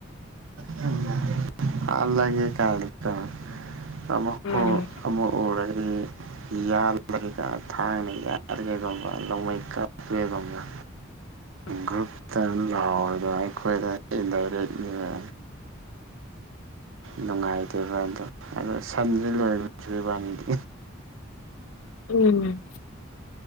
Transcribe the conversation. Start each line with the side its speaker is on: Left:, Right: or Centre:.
Right: ꯅꯪꯅ ꯍꯥꯏꯌꯦ ꯍꯥꯠꯂꯥꯒꯦ ꯀꯥꯟꯅꯀꫭ ꯑꯃꯨꯛ
Left: ꯎꯝ
Right: ꯍꫭ ꯑꯃꯨꯛ ꯎꯔꯒꯗꯤ ꯌꯥꯜꯂꯒꯦ ꯀꯥ ꯊꯥꯡꯅ ꯌꯥꯜꯂꯒꯦ ꯈꯪꯕ꯭ꯔꯥ ꯅꫭꯡꯃꯩ ꯀꯥꯞꯄꯦ ꯈꯪꯕ꯭ꯔꯥ
Left: <inaudible>
Right: ꯒ꯭ꯔꯨꯞꯇ ꯂꯥꯎꯔꯒ ꯑꯩꯈꯣꯏꯗ ꯏꯟꯗꯔꯦꯠꯅꯦꯕ ꯅꯨꯡꯉꯥꯏꯇꯦꯕ ꯑꯗꯣ ꯑꯗꯥ ꯁꯟꯁꯦ ꯂꯣꯏꯔꯁꯨ ꯏꯕꯥꯅꯤꯗꯤ
Left: ꯎꯝ